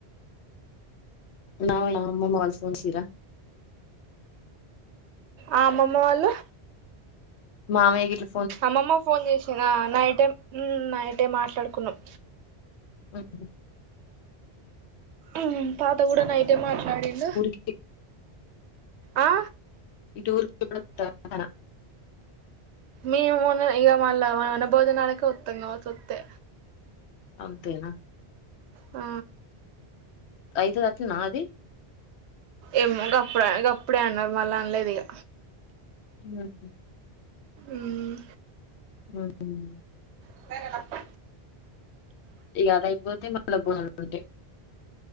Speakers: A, on the left; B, on the right.
A: నాగోల్ నాగమ్మమ్మ వాళ్ళు ఫోన్షిరా.
B: ఆ అమ్మమ్మ వాళ్ళు
A: మామయ్య గిట్ల
B: అమ్మమ్మ ఫోన్ జేసిన్, ఆ నైటే ఉమ్ నైటే మాట్లాడుకున్నాం.
A: ఎప్పుడు
B: ఉమ్ తాత గూడా నైటే మాట్లాడిండు.
A: టి
B: ఆ
A: ఇట్ ఉర్కి ఎప్పుడొత్తార్ అంటన్నా.
B: మీరు మొన్న ఇగ మళ్ళా వన భోజనాలకే ఒత్తం గావచ్చు ఒత్తే.
A: అంతేనా
B: ఆ
A: ఐతదట్నాది
B: ఏమో గప్పుడ గప్పుడే అన్నారు మళ్ళా అన్లేదు ఇగ
A: ఉహు
B: ఊమ్
A: <unintelligible>
B: <unintelligible>
A: ఇగ అదైపోతే మళ్ళ బోనాలుంటై